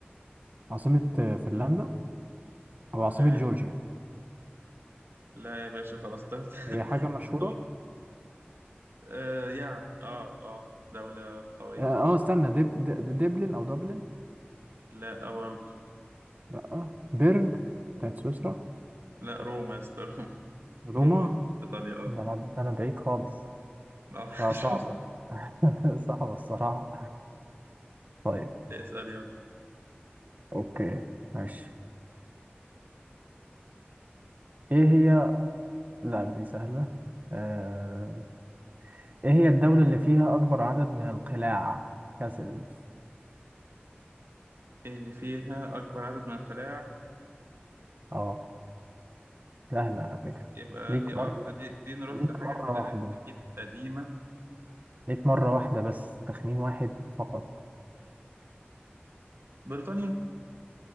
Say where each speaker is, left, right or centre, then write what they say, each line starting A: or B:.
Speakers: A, on the right; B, on the right.
A: عاصمة آه، فنلندا أو
B: لا
A: عاصمة جورجيا
B: لا يا باشا خلاص ده <laughs>
A: هي حاجة مشهورة
B: طب آه يعني اه اه دولة قوية
A: اه
B: مش فاكر
A: آه، استنى ديب د- دبلن أو دبلن
B: لا آه، برضه
A: لأ بيرن بتاعت سويسرا
B: لا روما يا اسطى <laughs>
A: روما
B: روما عاصمة إيطاليا أه
A: ده أنا ده أنا بعيد خالص
B: آه، <laughs>
A: لا صعبة
B: شوف
A: <laughs> صعبة الصراحة طيب
B: اسأل يلا
A: أوكي ماشي إيه هي لا دي سهلة آه... إيه هي الدولة اللي فيها أكبر عدد من القلاع كاسلز
B: إيه اللي فيها أكبر عدد من القلاع
A: أه سهلة على فكرة
B: يبقى
A: ليك
B: دي
A: مرة
B: أه إحنا دي دي نروح
A: ليك
B: لحاجة
A: مرة
B: كده
A: واحدة
B: أك- أكيد قديمة
A: ليك مرة واحدة بس تخمين واحد فقط
B: بريطانيا